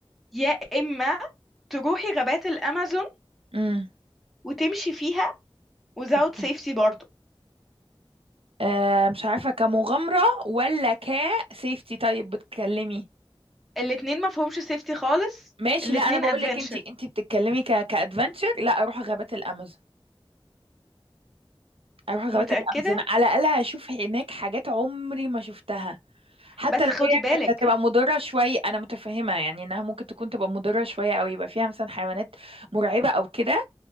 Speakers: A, in the centre; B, on the right (about 75°).
A: يا اما تروحي غابات الامازون
B: امم
A: وتمشي فيها without
B: اوكي
A: safety برضو
B: آه مش عارفه كمغامره ولا كسيفتي طيب بتكلمي
A: الاتنين ما فيهمش سيفتي خالص
B: ماشي
A: الاتنين
B: لا انا بقول
A: ادفنتشر
B: لك انت انت بتتكلمي ك كادفنتشر لا اروح غابات الامازون اروح غابات
A: متأكدة
B: الامازون على الاقل هشوف هناك حاجات عمري ما شفتها حتى
A: بس
B: لو
A: خدي
B: هي
A: بالك
B: كانت هتبقى مضره شويه انا متفهمه يعني انها ممكن تكون تبقى مضره شويه او يبقى فيها مثلا حيوانات مرعبه او كده